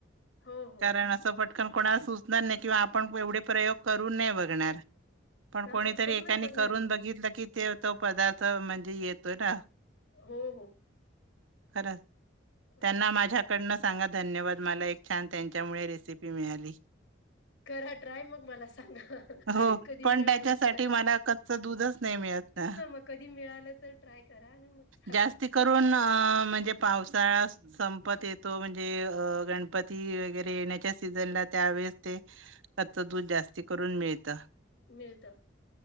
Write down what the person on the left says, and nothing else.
हो हो
ह करूनच
बघणार
मी
हो हो
असं
आहे
करा ट्राय मग मला सांगा.
कधी
मिळाल
असत
मग कधी मिळालं तर ट्राय करा आणि मग सांगा.
मिळत